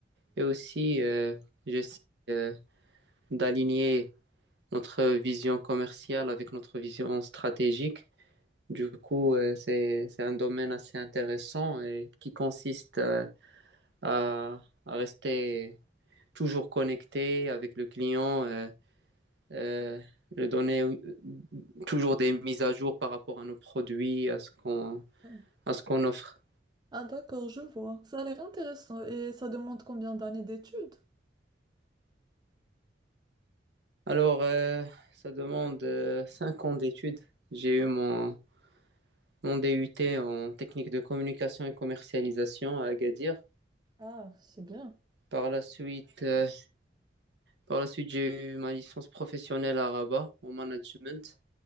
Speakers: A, on the right (about 70°); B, on the right (about 25°).
A: Et aussi, euh, j'essaie euh, d'aligner notre vision commerciale avec notre vision stratégique. Du coup, euh, c'est, c'est un domaine assez intéressant et qui consiste euh, à, à rester toujours connecté avec le client, euh, euh, lui donner euh, toujours des mises à jour par rapport à nos produits, à ce qu'on,
B: Mhm.
A: à ce qu'on offre.
B: Ah, d'accord, je vois. Ça a l'air intéressant. Et ça demande combien d'années d'études?
A: Alors, euh, ça demande euh, cinq ans d'études. J'ai eu mon Mon DUT en technique de communication et commercialisation à Agadir.
B: Ah, c'est bien.
A: Par la suite, euh, par la suite, j'ai eu ma licence professionnelle à Rabat en management.